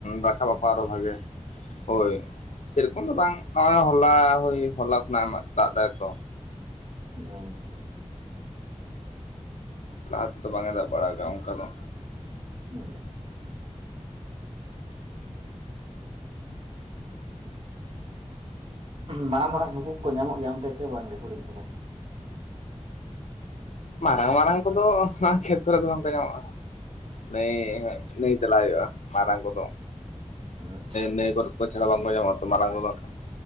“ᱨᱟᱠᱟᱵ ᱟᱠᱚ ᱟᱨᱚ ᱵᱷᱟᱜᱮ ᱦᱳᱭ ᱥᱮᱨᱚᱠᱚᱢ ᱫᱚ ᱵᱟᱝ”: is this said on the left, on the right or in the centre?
Left